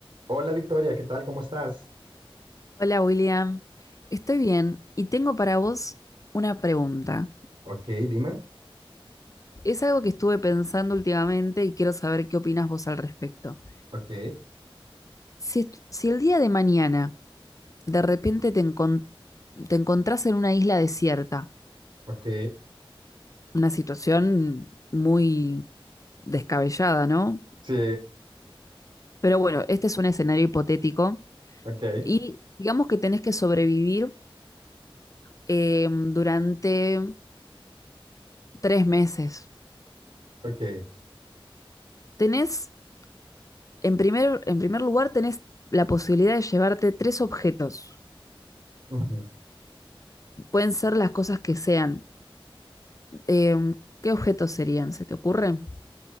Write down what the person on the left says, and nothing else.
Hola William, estoy bien y tengo para vos una pregunta.
Es algo que estuve pensando últimamente y quiero saber qué opinas vos al respecto.
Si, estu- si el día de mañana de repente te, encon- te encontrás en una isla desierta,
una situación muy descabellada, ¿no?
Pero bueno, este es un escenario hipotético
y digamos que tenés que sobrevivir eh, durante tres meses.
Tenés En primer, en primer lugar, tenés la posibilidad de llevarte tres objetos.
Pueden ser las cosas que sean. Eh, ¿qué objetos serían? ¿Se te ocurre?